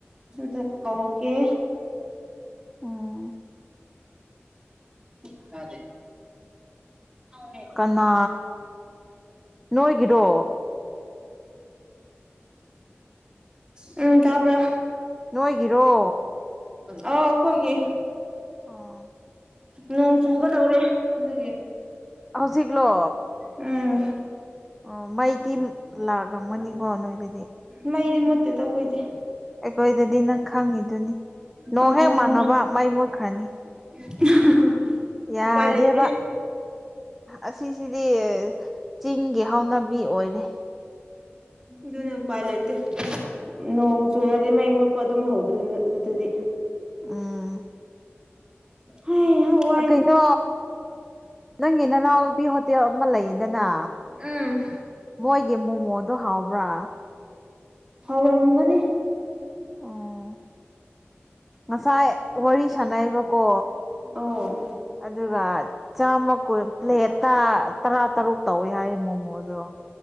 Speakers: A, on the right; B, in the centre.
A: ꯅꯠꯇꯦ ꯀꯧꯒꯦ
B: ꯎꯝ
A: <unintelligible> ꯗꯗꯤ <unintelligible>
B: ꯀꯅꯥ ꯅꯣꯏꯒꯤꯔꯣ
A: ꯎꯝ ꯇꯥꯕꯔꯥ
B: ꯅꯣꯏꯒꯤꯔꯣ
A: ꯑꯧ ꯑꯩꯈꯣꯏꯒꯤ
B: ꯑꯣ
A: ꯅꯣꯡ ꯆꯨꯒꯗꯧꯔꯦ ꯑꯗꯨꯒꯤ
B: ꯍꯧꯖꯤꯛꯂꯣ
A: ꯎꯝ
B: ꯑꯣ ꯃꯩꯗꯤ ꯂꯥꯛꯑꯝꯃꯅꯤꯀꯣ ꯅꯣꯏꯗꯗꯤ
A: ꯃꯩꯗꯤ ꯃꯨꯠꯇꯦꯗꯥ ꯑꯈꯣꯏꯗꯤ
B: ꯑꯩꯈꯣꯏꯗꯗꯤ ꯅꯪ ꯈꯪꯉꯤꯗꯨꯅꯤ ꯅꯣꯡ
A: ꯈꯪꯉꯦ
B: ꯍꯦꯛ
A: ꯈꯪꯉꯦ
B: ꯃꯪꯉꯕ ꯃꯩ ꯃꯨꯠꯈ꯭ꯔꯅꯤ
A: <unintelligible>
B: ꯌꯥꯗꯦꯕ
A: ꯎꯄꯥꯏ ꯂꯩꯇꯦ
B: ꯑꯁꯤꯁꯤꯗꯤ ꯆꯤꯡꯒꯤ ꯍꯧꯅꯕꯤ ꯑꯣꯏꯔꯦ
A: ꯑꯗꯨꯅꯤ ꯎꯄꯥꯏ ꯂꯩꯇꯦ ꯅꯣꯡ ꯆꯨꯔꯗꯤ ꯃꯩ ꯃꯨꯠꯄ ꯑꯗꯨꯝ ꯍꯧꯕꯅꯤ ꯑꯗꯨꯗꯗꯤ
B: ꯎꯝ
A: ꯍꯩ ꯍꯩ ꯌꯥ
B: ꯑ ꯀꯩꯅꯣ ꯅꯪꯒꯤ ꯅꯅꯥꯎ ꯅꯨꯄꯤ ꯍꯣꯇꯦꯜ ꯑꯃ ꯂꯩꯗꯅ
A: ꯎꯝ
B: ꯃꯣꯏꯒꯤ ꯃꯣꯃꯣꯗꯣ ꯍꯥꯎꯕ꯭ꯔꯥ
A: ꯍꯥꯎꯔꯝꯒꯅꯤ
B: ꯑꯣ ꯉꯁꯥꯏ ꯋꯥꯔꯤ ꯁꯥꯟꯅꯩꯕꯀꯣ
A: ꯑꯣ
B: ꯑꯗꯨꯒ ꯆꯥꯝꯃ ꯀꯨꯟ ꯄ꯭ꯂꯦꯠꯇ ꯇꯔꯥ ꯇꯔꯨꯛ ꯇꯧꯋꯤ ꯍꯥꯏꯌꯦ ꯃꯣꯃꯣꯗꯣ